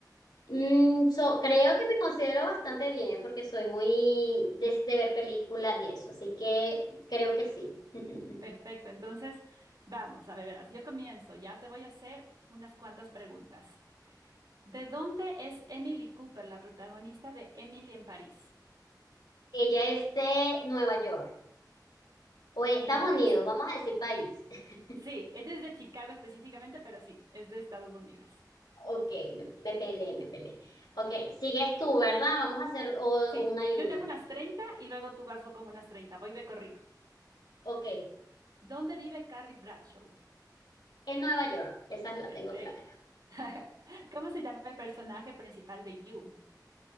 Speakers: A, on the left; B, on the right.
A: Mm, so- creo que me considero bastante bien porque soy muy de, de ver películas y eso, así que creo que sí. <laughs>
B: Perfecto. Entonces, vamos, a ver, verás, yo comienzo. Ya te voy a hacer unas cuantas preguntas. ¿De dónde es Emily Cooper, la protagonista de Emily en París?
A: Ella es de Nueva York o Estados
B: Ella
A: Unidos,
B: es,
A: vamos a decir país. <laughs>
B: sí, ella es de Chicago específicamente, pero sí, es de Estados Unidos.
A: Ok, me, me peleé, me peleé. Ok, sigues tú, ¿verdad? Vamos a hacer o-
B: Sí,
A: una y
B: yo
A: una.
B: te hago unas 30 y luego tú vas con unas treinta, Voy de corrido.
A: Ok, en
B: ¿Dónde vive Carrie Bradshaw?
A: Nueva York, esa la
B: Perfecto.
A: tengo clara.
B: <laughs> ¿Cómo se llama el personaje principal de You?